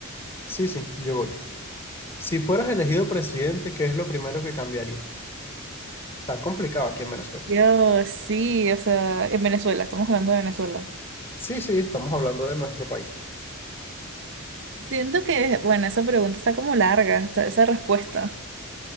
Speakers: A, on the left (about 30°); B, on the right (about 60°).
A: sí, sí, yo voy. Si fueras elegido presidente, ¿qué es lo primero que cambiarías? Está complicado aquí en Venezuela.
B: Yo sí, o sea, en Venezuela, estamos hablando de Venezuela.
A: Sí, sí, estamos hablando de nuestro país.
B: Siento que, bueno, esa pregunta está como larga, esta- esa respuesta.